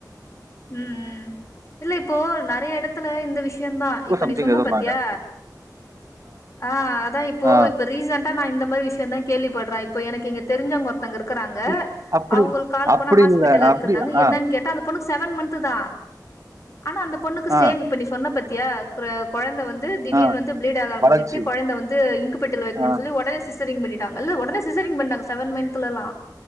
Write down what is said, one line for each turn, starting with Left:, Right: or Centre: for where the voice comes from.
Left: ம் ம் இல்ல இப்போ நெறைய எடத்துல இந்த விஷ் யந்தா இப்ப
Right: சம்திங்
Left: நீ சொன்ன
Right: ஏதோ
Left: பத்தியா
Right: சொன்னாங்க.
Left: ஆ அதா இப்போ
Right: ஆ.
Left: இப்ப ரீசன்ட் டா நா இந்த மாரி விஷ்யந்தா நா கேள்விப்பட்றே இப்ப எனக்கு இங்க தெரிஞ்சவ்ங்க ஒரு த்தங்க இருக்கறாங்க
Right: ம். அப்படி
Left: அவுங்கள்க் கால்
Right: அப்படி
Left: பண்ணா ஹாஸ்பிட்டல்
Right: இல்ல.
Left: இருக்குனாங்க
Right: அப்படி ஆ,
Left: என்னன் கேட்டா அந்த பொண்ணுக்கு செவன் மன்த்து தா ஆனா அந்த பொண்ணுக்கு சேம்
Right: ஆ,
Left: இப்ப நீ சொன்ன பத்தியா க்குற கொழந்த வந்து திடீர்னு
Right: ஆ.
Left: வந்து ப்ளீட் ஆக ஆரம்பிச்சிருச்சு
Right: வளர்ச்சி.
Left: கொழந்த வந்து இன்க்குபெட்டர்ல வெக்கணுன்
Right: ஆ.
Left: சொல்லி ஒடனே சி் செரிங் பண்ணீட்டாங்க இல்ல ஒடனே சிசெரிங் பண்ணாங்க செவன் மன்த்துலெல்லா